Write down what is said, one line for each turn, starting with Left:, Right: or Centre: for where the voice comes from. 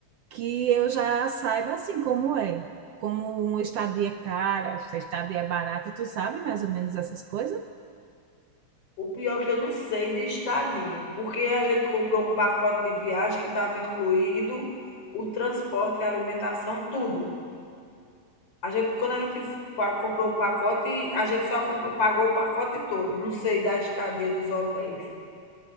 Right: que eu já saiba assim como é. Como uma estadia é cara, se a estadia é barata, tu sabe mais ou menos essas coisas?
Left: O pior é que eu não sei de estadia, porque a gente comprou um pacote de viagem que estava incluído o transporte, a alimentação, tudo. A gente, quando a gente pa- comprou o pacote, a gente só comprou- pagou o pacote todo. Não sei da estadia dos hotéis.